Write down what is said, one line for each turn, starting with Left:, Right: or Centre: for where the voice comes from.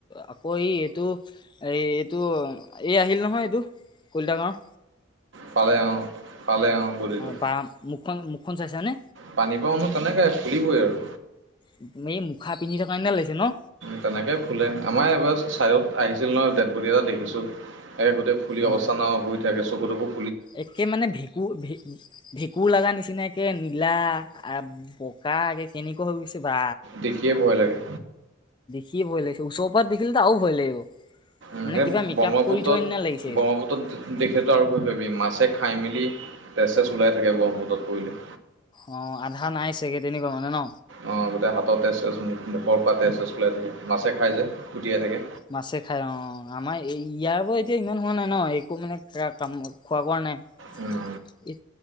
Left: আকৌ এই এইটো, এই এইটো এই আহিল নহয় এইটো। কলিতাৰ গাওঁৰ
Right: পালয়ান, পালয়ান বদি টো।
Left: বা মুখখন মুখখন চাইচানে?
Right: পানী বা মানুহ তেনেকে ফুলিবই আৰু।
Left: এই এই মুখা পিন্ধি থকাৰ কাৰণে লাগিছে ন।
Right: তেনেকে ফুলে আমাৰ এবাৰ চাইত আহিছিল নহ ডেডবডী এটা দেখিছোঁ। একে গোটেই ফুলি
Left: অ
Right: অৱস্থান হৈ থাকে চকুত খুব
Left: একে মানে ভেঁকুৰ ভেঁকুৰ লগা নিচিনা নিচিনাকে নীলা আৰু বকা আগে কেনেকুৱা হৈ গৈছে। বা
Right: দেখিয়ে ভয় লাগে।
Left: সি ভয় লাগিছে ওচৰৰ দেখিলেটো আৰু ভয় লাগিব।
Right: এই
Left: মানে কিবা মেকআপ
Right: ব্ৰহ্মপুত্ৰত,
Left: কৰি থোৱা নিচিনা লাগিছে
Right: ব্ৰহ্মপুত্ৰত দেখেটো আৰু গৈ পাবি মাছে খাই মেলি তেজ সেছ ওলাই থাকে ব্ৰহ্মপুত্ৰত পৰিলে।
Left: অ', আধা নাই চাগে তেনেকুৱা মানে ন'।
Right: অ', গোটেই হাতৰ তেজ মুখৰ পৰা তেজ সেজ ওলাই থাকে মাছে খাই যে। কুটিয়াই থাকে
Left: মাছে খাই অ', আমাৰ ইয়াৰ পৰা এতিয়া ইমান নহোৱা নাই নহয় একো মানে কাম খোৱা কৰা নাই।
Right: উম।
Left: এই